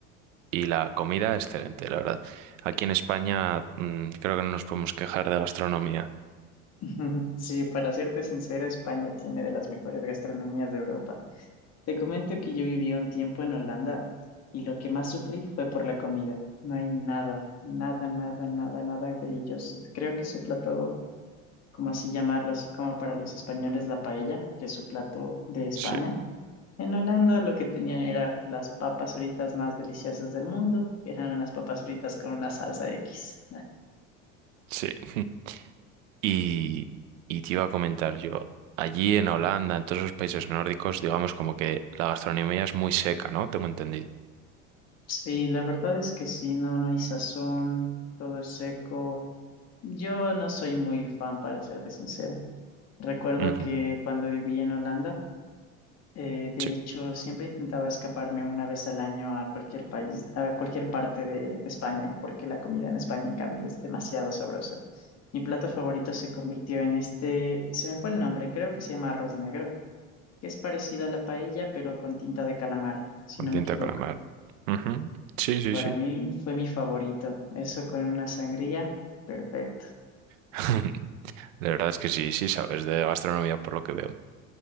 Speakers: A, on the right; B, on the left.
A: y la comida, excelente, la verdad. Aquí en España, mm, creo que no nos podemos quejar de gastronomía.
B: <laughs> Sí, para serte sincero, España tiene de las mejores gastronomías de Europa. Te comento que yo viví un tiempo en Holanda y lo que más sufrí fue por la comida. No hay nada, nada, nada, nada, nada de ellos. Creo que su plato, como así llamarlo, así como para los españoles la paella, que es su plato de España.
A: Sí,
B: En Holanda lo que tenían era las papas fritas más deliciosas del mundo, que eran unas papas fritas con una salsa X.
A: sí. <laughs> Y, y te iba a comentar yo, allí en Holanda, en todos los países nórdicos, digamos como que la gastronomía es muy seca, ¿no? Tengo entendido.
B: Sí, la verdad es que sí, no, no hay sazón, todo es seco. Yo no soy muy fan, para serte sincero. Recuerdo
A: Ujú,
B: que cuando viví en Holanda, eh, de
A: Sí,
B: hecho, siempre intentaba escaparme una vez al año a cualquier país, a cualquier parte de, de España, porque la comida en España, en cambio, es demasiado sabrosa. Mi plato favorito se convirtió en este, se me fue el nombre, creo que se llama arroz negro, que es parecido a la paella, pero con tinta de calamar, si
A: con
B: no
A: tinta
B: me equivoco.
A: de calamar. Ujú, Sí, sí,
B: Para
A: sí.
B: mí fue mi favorito. Eso con una sangría, perfecto.
A: <laughs> De verdad es que sí, sí sabes de gastronomía por lo que veo.